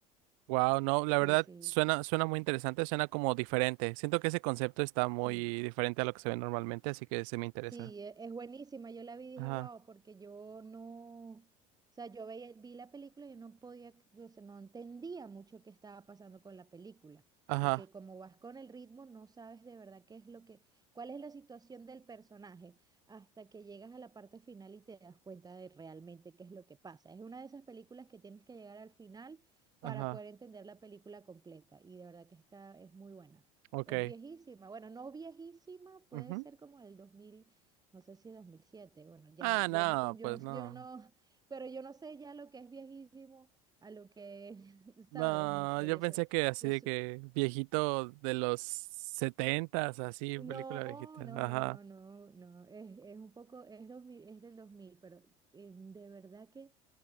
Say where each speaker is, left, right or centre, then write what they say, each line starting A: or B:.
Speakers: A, on the right; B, on the right.
A: Wow, no, la
B: Sí,
A: verdad
B: sí,
A: suena, suena muy interesante, suena como diferente. Siento que ese concepto está muy
B: sí.
A: diferente a lo que se ve normalmente, así que se me interesa.
B: Sí, e- es buenísima. Yo la vi y dije,
A: Ajá,
B: wow, porque yo no, o sea, yo veía, vi la película y yo no podía, o sea, no entendía mucho qué estaba pasando con la película,
A: ajá,
B: porque como vas con el ritmo, no sabes de verdad qué es lo que, cuál es la situación del personaje, hasta que llegas a la parte final y te das cuenta de realmente qué es lo que pasa. Es una de esas películas que tienes que llegar al final para
A: ajá,
B: poder entender la película completa, y de verdad que esta es muy buena.
A: ok.
B: Es viejísima, bueno, no viejísima, puede
A: Ujú.
B: ser como el 2000 no sé si 2007, bueno, ya
A: Ah,
B: yo
A: no,
B: no, con- yo
A: pues
B: no, <laughs>
A: no.
B: yo no, pero yo no sé ya lo que es viejísimo a lo que, <laughs>
A: No,
B: sabes, no sé,
A: yo
B: yo
A: pensé
B: soy,
A: que así
B: yo
A: de
B: soy,
A: que viejito de los setentas, así,
B: no,
A: película viejita.
B: no,
A: Ajá.
B: no, no, no, no, es, es un poco, es 2000, es del 2000, pero em, de verdad que